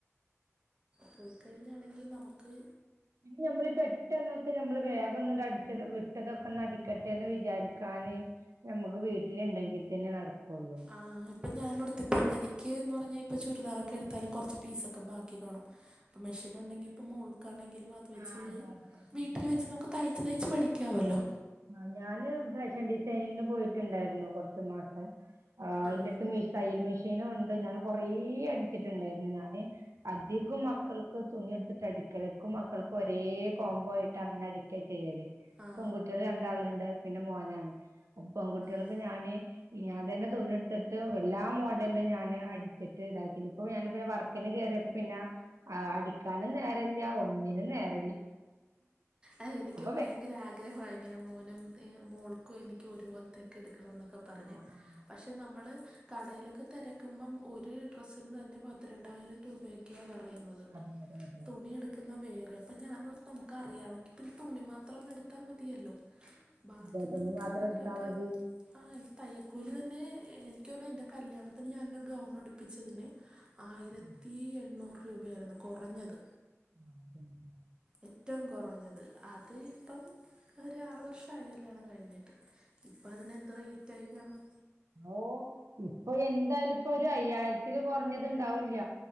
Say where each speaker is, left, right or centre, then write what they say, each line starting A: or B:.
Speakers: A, on the right; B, on the right.
A: പോയിക്കഴിഞ്ഞാണെങ്കി നമക്ക്
B: പിന്നെ ഞമ്മളി പെട്ടെന്നൊക്കെ ഞമ്മള് വേഗൊന്നടിച്ചത് ഇട്ടതൊക്കെ ഒന്ന് അടിക്കട്ടെന്ന് വിചാരിക്കാന് ഞമ്മക്ക് വീട്ടില്ണ്ടെങ്കി തെന്നെ നടക്കൊള്ളൂ
A: ആഹ് ഇപ്പ ഞാൻ <unintelligible> എനിക്ക്ന്ന് പറഞ്ഞാ ഇപ്പൊ ചുരിദാറൊക്കെ എടുത്താലും കൊറച്ച് പീസൊക്കെ ബാക്കി കാണും ഇപ്പ മെഷീനൊണ്ടെങ്കി ഇപ്പോ മോൾക്കാണെങ്കിലു അത് വെച്ച്
B: ആ അതെ അതെ അത്
A: വീട്ടില്
B: ശരിയാണ്
A: വെച്ച് നമുക്ക് തൈ തൈച്ച് തൈച്ച് പഠിക്കാവല്ലോ
B: ആഹ് ഞാന് ഫാഷൻ ഡിസൈനിങ്ങിന് പോയിട്ടുണ്ടായിരുന്നു കൊർച്ച് മാസം ആഹ്
A: ആ
B: ഇൻ്റട്ത്ത് മിഷ് തയ്യൽ മെഷീനു ഉണ്ട് ഞാൻ കൊറേ അടിച്ചിട്ടുണ്ടായിരുന്നു ഞാന് അധികോം മക്കൾക്ക് തുണി എടുത്തിട്ട് അടിക്കലാ ഇക്കും മക്കൾക്കു ഒരേ കോംബോ ആയിട്ട് അങ്ങനെ അടിക്കലാ ചെയ്യല്
A: ആ
B: പെൺകുട്ടിയേള് രണ്ടാള്ണ്ട് പിന്നെ മോനാണ് അപ്പൊ പെങ്കുട്ടിയോളത്
A: ആ
B: ഞാന് ഈ ഞാൻ തന്നെ തുണിയെത്ത്ട്ട് എല്ലാ മോഡലിലും ഞാന് അടിച്ചിട്ട് ഇതാക്കീന്നു ഇപ്പൊ ഞാൻ ഇപ്പൊ ഞാൻ വർക്കിന് കേറിയപ്പം പിന്നാ ആഹ് അടിക്കാനും നേരല്ല ഒന്നിനും നേര
A: ആഹ് എനിക്കും ഭയങ്കര
B: വെ
A: ആഗ്ര ഗ്രഹവാ ഇങ്ങനെ മോനും ഏഹ് മോൾക്കും എനിക്കു ഒരുപോൽ ത്തൊക്കെ എടുക്കണോന്നൊക്കെ പറഞ്ഞ്
B: ആ ആ
A: പക്ഷെ നമ്മള് കടേലൊക്കെ തെരക്കുമ്പം ഒരു ഡ്രസ്സിന് തന്നെ പത്ത് രണ്ടായിരം രൂപേ ക്കെയാ പറയുന്നത്
B: അതെ അതെ അതെ
A: തുണിയെടുക്കുന്ന വേറെ അപ്പം ഞാനോർത്ത് നമുക്ക് അറിയാവെങ്കി പിന്നെ തുണി മാത്രം എടുത്താ മതിയല്ലോ ബാക്കി
B: അതെ തുണി
A: നമ്മക്ക്
B: മാത്രം
A: എന്തെങ്കിലൊക്കെ
B: എടുത്താ മതി
A: ആഹ് ഈ തയ്യക്കൂലി തെന്നെ എ എനിക്ക് തോന്നണു എന്റെ കല്യാണത്തിന് ഞാനൊരു ഗൗൺ അടുപ്പിച്ചതിന് ആയിരത്തി
B: ആ,
A: എണ്ണൂറ് രൂപയായിരുന്നു കൊറഞ്ഞത്
B: ആ, അതെ, അതെ.
A: ഏറ്റോം കൊറഞ്ഞത് അത് ഇപ്പം ഒരു ആറ് വർഷായി കല്ല്യാണം കഴിഞ്ഞിട്ട് ഇപ്പതിന് എന്ത് റേറ്റ് ആയി കാണും
B: ഓഹ് ഇപ്പൊ എന്തായാലും ഇപ്പോ ഒരു അയ്യായിരത്തില് കൊറഞ്ഞത്ണ്ടാവൂല്ല